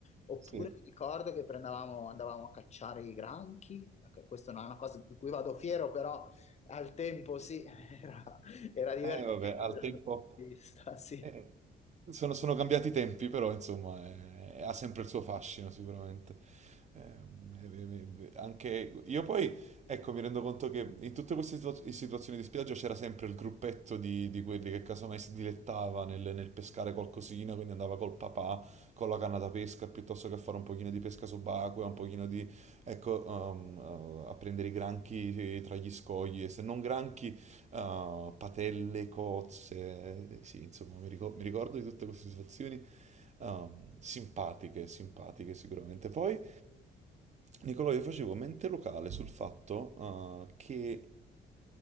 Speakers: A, on the left (about 35°); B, on the right (about 35°).
A: Oppure
B: sì.
A: mi ricordo che prendevamo- andavamo a cacciare i granchi, ecco, questa non è una cosa di cui vado fiero, però al tempo sì, <laughs> era, era divertente
B: Eh, vabbè, al
A: dal
B: tempo...
A: mio punto di vista, sì.
B: eh, sono, sono cambiati i tempi, però insomma eh, ha sempre il suo fascino sicuramente. Eh, eh, eh, eh, eh, anche io poi, ecco, mi rendo conto che in tutte queste situa- situazioni di spiaggia c'era sempre il gruppetto di, di quelli che casomai si dilettava nel, nel pescare qualcosina, quindi andava col papà con la canna da pesca piuttosto che a fare un pochino di pesca subacquea, un pochino di, ecco, um, uh, a prendere i granchi eh, tra gli scogli e se non granchi uh, patelle, cozze, sì, insomma, mi ricor- mi ricordo, di tutte queste situazioni um, simpatiche, simpatiche sicuramente. Poi, Nicolò, io facevo mente locale sul fatto uh, che